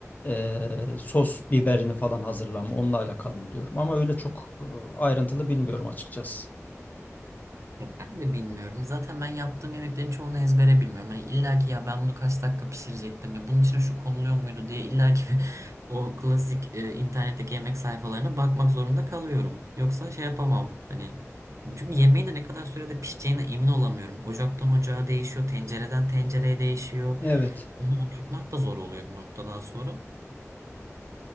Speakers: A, on the left; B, on the right.
A: e, sos biberini falan hazırlama onunla alakalı biliyorum. Ama öyle çok e, ayrıntılı bilmiyorum açıkçası.
B: Ya ben de bilmiyorum. Zaten ben yaptığım yemeklerin çoğunu ezbere bilmiyorum. Hani illa ki ya ben bunu kaç dakika pişirecektim ya bunun içine şu konuluyor muydu diye illa ki <laughs> o klasik e, internetteki yemek sayfalarına bakmak zorunda kalıyorum. Yoksa şey yapamam. Hani çünkü yemeği de ne kadar sürede pişeceğine emin olamıyorum. Ocaktan ocağa değişiyor, tencereden tencereye değişiyor.
A: Evet.
B: Onu oturtmak da zor oluyor bir noktadan sonra.